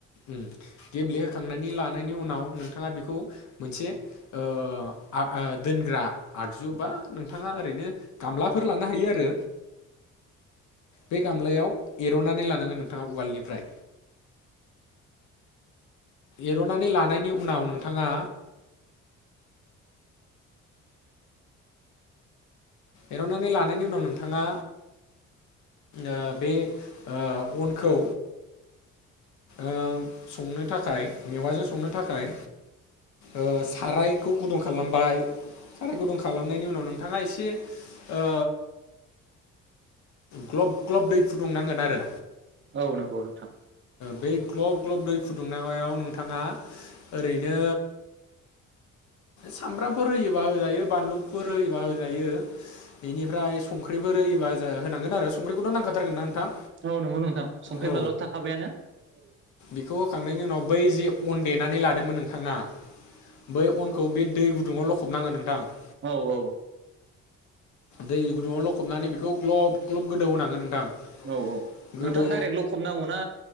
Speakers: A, on the left; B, on the right.
A: उम्म गेब्लेहोखांनानै लानायनि उनाव नोंथांङा बेखौ मोनसे ओ आ दोनग्रा आगजु बा नोंथांङा ओरैनो गामलाफोर लानो हायो आरो बे गामलायाव एरननानै लानांगोन नोंथांङा उवालनिफ्राय। एरननानै लानायनि उनाव नोंथांङा एरननानै लानायनि उनाव नोंथांङा ओ बे ओ अनखौ ओ संनो थाखाय मेवाजों संनो थाखाय ओ सारायखौ गुदुं खालामबाय साराय गुदुं खालामनायनि उनाव नोंथांङा एसे ओ ग्लब ग्लब दै फुदुंनांगोन आरो
B: औ नंगौ नोंथां।
A: बै ग्लब ग्लब दै फुदुंनायाव नोंथांङा ओरैनो सामब्रामफोर होयोबा होजायो बानलुफोर होयोबा होजायो बेनिफ्राय संख्रिफोर होयोबा होनांगोन आरो संख्रिखौथ नांखाथारगोन ना नोंथां।
B: औ नंगौ नोंथां संख्रि
A: औ
B: बानलुआ थाखाबायानो। औ
A: बेखौ होखांनायनि उनाव बै जि अन देनानै लादोंमोन नोंथांङा बै अनखौ बे दै गुदुङाव लखबनांगोन नोंथां।
B: औ औ
A: दै गुदुंङाव लखबनानै बेखौ ग्लब ग्लब गोदौ होनांगोन नोंथां।
B: औ नोंथां
A: गोदौ
B: दाइरेक्ट लखबनांगौना